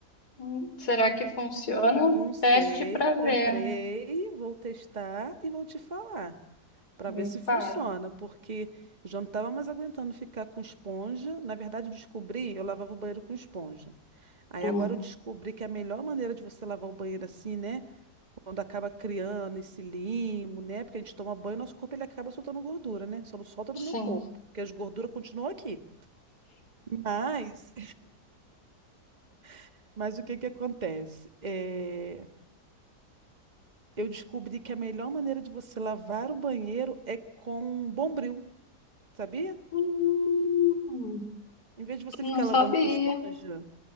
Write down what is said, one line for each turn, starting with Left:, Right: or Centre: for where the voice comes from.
Left: Hum, Será que funciona?
Right: Não sei,
Left: Teste para
Right: comprei,
Left: ver.
Right: vou testar e vou te falar para
Left: Me
Right: ver se funciona,
Left: pare.
Right: porque eu já não estava mais aguentando ficar com esponja. Na verdade, eu descobri, eu lavava o banheiro com esponja. Aí
Left: Hum,
Right: agora eu descobri que é a melhor maneira de você lavar o banheiro assim, né? Quando acaba criando esse limo, né? Porque a gente toma banho, nosso corpo ele acaba soltando gordura, né? Só não solta do
Left: sim.
Right: meu corpo, porque as gorduras continuam aqui. Mas, <laughs> mas o que que acontece? É... Eu descobri que a melhor maneira de você lavar o banheiro é com bombril, sabia?
Left: Hum,
Right: Em vez de você
Left: não
Right: ficar
Left: sabia.
Right: lavando com esponja,